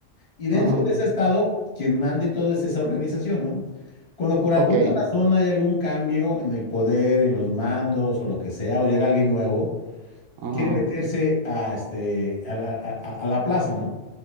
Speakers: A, on the left (about 50°); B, on the right (about 85°).
A: Y dentro
B: Ajá.
A: de ese estado, quien mande todo es esa organización, ¿no? Cuando por alguna
B: Ok,
A: razón hay algún cambio en el poder, en los mandos o lo que sea, o llega alguien nuevo,
B: Ajá.
A: quiere meterse a, este, a la, a- a- a la plaza, ¿no?